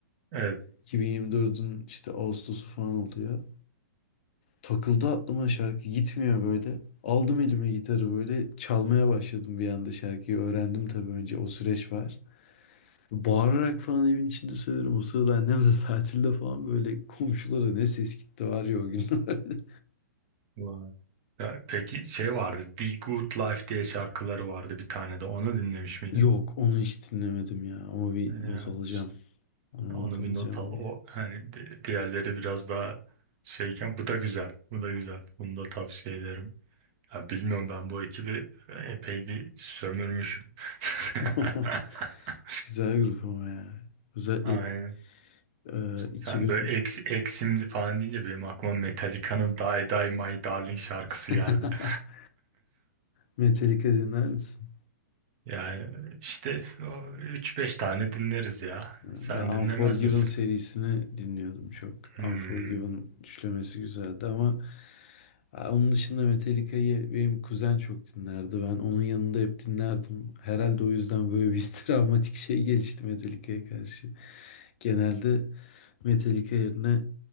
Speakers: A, on the right; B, on the left.
A: Evet.
B: 2024'ün işte Ağustos'u falan oluyor. Takıldı aklıma şarkı gitmiyor böyle. Aldım elime gitarı böyle çalmaya başladım bir anda şarkıyı öğrendim tabii önce o süreç var. Bağırarak falan evin içinde söylerim. O sırada annem de <laughs> tatilde falan böyle komşulara ne ses gitti var ya o günler. <laughs>
A: Vay. Ya, peki şey vardı. The Good Life diye şarkıları vardı bir tane de. Onu dinlemiş miydin?
B: Yok onu hiç dinlemedim ya ama bir
A: Ee, Ya
B: not alacağım.
A: işte
B: Onu
A: onu
B: not alacağım
A: bir not al.
B: bir.
A: O hani di- diğerleri biraz daha şeyken bu da güzel. Bu da güzel. Bunu da tavsiye ederim. Ya bilmiyorum ben bu ekibi epey bir sömürmüşüm.
B: <laughs>
A: <laughs>
B: Güzel grup ama ya. Özellikle
A: Aynen.
B: e, 2000
A: Sen böyle eks, eksimdi falan deyince benim aklıma Metallica'nın Die Die My Darling şarkısı
B: <laughs>
A: geldi. <laughs>
B: Metallica dinler misin?
A: Yani işte üç beş tane dinleriz ya.
B: Ve
A: Sen
B: Unforgiven
A: dinlemez misin?
B: serisini dinliyordum çok.
A: Hmm.
B: Unforgiven düşlemesi güzeldi ama ha, onun dışında Metallica'yı benim kuzen çok dinlerdi. Ben onun yanında hep dinlerdim. Herhalde o yüzden böyle bir <laughs> travmatik şey gelişti Metallica'ya karşı. Genelde Metallica yerine